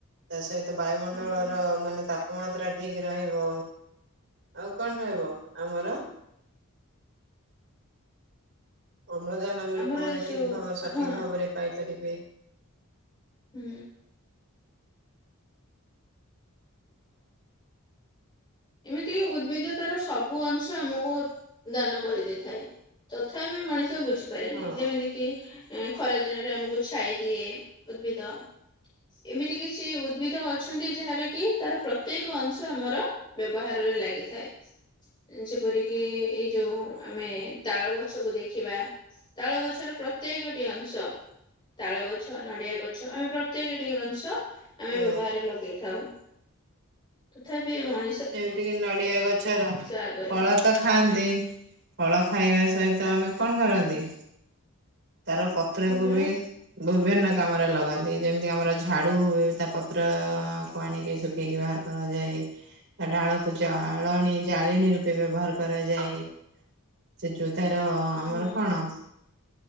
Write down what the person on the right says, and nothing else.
ସହିତ ବାୟୁମଣ୍ଡଳର
ମାନେ ତା ମାତ୍ରା ଠିକ ରହିବ ଆଉ କଣ ରହିବ ଆମର। ଅମ୍ଳଜାନ ବି ଲୋକମାନେ
ଠିକ ଭାବରେ ସଠିକ
ଭାବରେ ପାଇପାରିବେ।
ହଁ
ହଁ
ଯେମିତି କିି ନଡିଆ ଗଛର ଫଳ
ତ ଖାଆନ୍ତି ଫଳ ଖାଇବା ସହିତ ଆମେ କଣ କରନ୍ତି? ତାର ପତ୍ରକୁ
ବି ବିଭିନ୍ନ କାମରେ ଲଗାନ୍ତି ଯେମିତି ଆମର ଝାଡୁ ହୁଏ ତା ବିଭିନ୍ନ କାମରେ ଲଗାନ୍ତି ଯେମିତିକି ଆମରଝାଡୁ ହୁଏ ତ ପତ୍ରକୁ ଆଣିକି ଶୁଖେଇକି ବାହାର କରାଯାଏ ତା ଢାଳକୁ ଜଳଣି ଜାଳେଣି ରୂପେ ବ୍ୟବହାର କରାଯାଏ ସେ ଯୋ ତାର ଆମର
କଣ